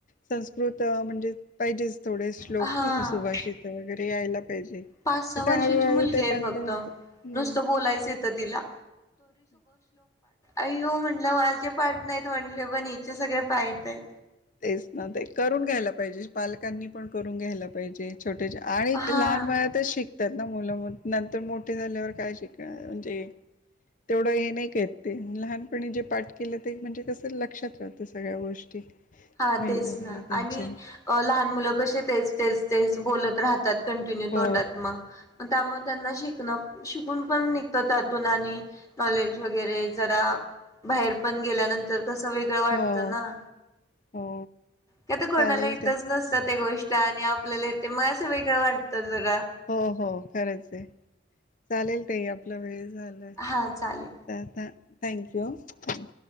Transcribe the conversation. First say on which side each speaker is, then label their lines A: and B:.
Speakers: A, on the left (about 40°); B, on the left (about 15°).
A: संस्कृत म्हणजे पाहिजेच. थोडे श्लोक
B: का हा
A: सुभाषित वगैरे यायला पाहिजे
B: पाच सहा
A: कस
B: वर्षाची
A: हळूहळू
B: मुलगी
A: ते
B: आहे
A: बंद
B: फक्त
A: होत ह.
B: नुसतं बोलायचं येतं तिला अयो म्हणलं माझे पाट नाहीत म्हणले -- पण हिचे सगळे पायट हाईत.
A: तेच ना ते करून घ्यायला पाहिजे. पालकांनी पण करून घ्यायला पाहिजे. छोटे आणि
B: हा
A: लहान वया तचं शिक- - नंत मोठे झाल्यावर काय शिक म्हणजे तेवढं हे नाही ते लहापनी जे पाठ केलं ते म्हणजे ल -- क्षात सगळ्या गोष्टी
B: हा
A: मेंदूला
B: तेच ना
A: त्यांच्या
B: आणि लहान मुलं कसे तेच तेच तेच बोलत राहतात कंटिन्यू
A: हो,
B: तोंडात मग त्यामुळे त्यांना शिकणं शिकून पण निघतं त्यातून आणि नॉलेज वगैरे जरा बाहेर पण गेल्यानंतर तसं वेगळं वाटतं
A: हो,
B: ना
A: हो.
B: त्या तर कोणाला
A: चालेल
B: इथंच
A: ते
B: नसतं ते गोष्ट आणि आपल्याला मग असं वे वाटत जर
A: हो हो खरंच आहे. चालेल त आपला वेळ झालं
B: हा चालेल
A: थँक्यू हा.